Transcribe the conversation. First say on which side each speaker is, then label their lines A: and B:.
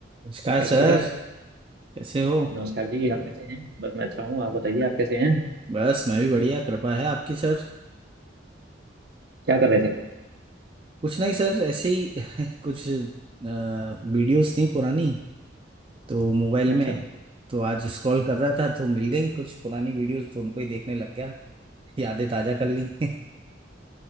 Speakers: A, on the right; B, on the right.
A: नमस्कार
B: कैसे
A: सर
B: हो सर
A: कैसे हो
B: नमस्कार जी आप कैसे हैं बस मैं अच्छा हूँ आप बताइए आप कैसे हैं
A: बस मैं भी बढ़िया कृपा है आपकी सर
B: क्या कर रहे थे
A: कुछ नहीं सर ऐसे ही <laughs> कुछ वीडियोस थी पुरानी तो मोबाइल
B: अच्छा
A: में तो आज स्क्रॉल कर रहा था तो मिल गई कुछ पुरानी वीडियोस तो उनको ही देखने लग गया <laughs> यादें ताजा कर ली <laughs>